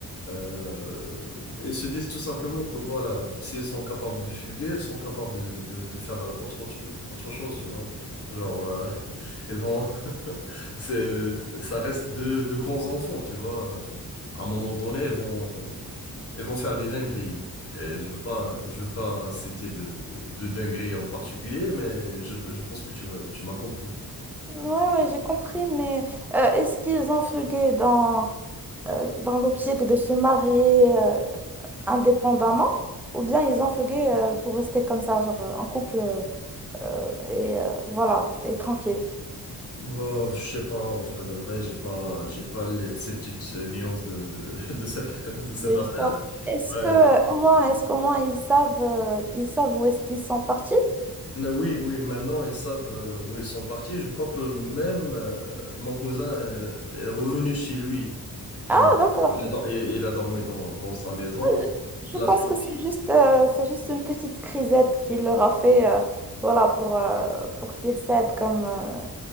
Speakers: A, on the left (about 40°); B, in the centre.
A: Euh, ils se disent tout simplement que voilà, si elles sont capables de fuguer, elles sont capables de, de faire autre truc, autre chose, tu vois. Genre, euh, <laughs> elles vont. <laughs> c'est, ça reste de de grands enfants, tu vois. À un moment donné, elles vont, elles vont faire des dingueries. Et je veux pas, je veux pas citer de, de, de dingueries en particulier, mais je, je pense que tu, m'as- tu m'as compris.
B: Ouais, ouais, j'ai compris, mais euh, est-ce qu'ils ont fugué dans, euh, dans l'optique de se marier euh, indépendamment ou bien ils ont fugué euh, pour rester comme ça, genre euh, en couple? euh, et euh, voilà, et tranquille
A: Bah, je sais pas, en vrai de vrai, j'ai pas, j'ai pas les- ces petites euh, nuances de, de, <laughs> de cette, de cette
B: de l'histoire.
A: affaire.
B: Est-ce
A: Ouais.
B: que au moins, est-ce qu'au moins ils savent, euh, ils savent où est-ce qu'ils sont partis?
A: Mais oui, oui, maintenant ils savent euh, où ils sont partis. Je crois que même euh, mon cousin euh, est revenu chez lui. Genre,
B: Ah, d'accord.
A: il a, dor- il, il a dormi dans, dans sa maison.
B: Ah, Je
A: La
B: je pense
A: fille
B: que c'est juste, euh, c'est juste une petite crisette qu'il leur a fait, euh, voilà, pour, euh, pour qu'ils cèdent comme, euh,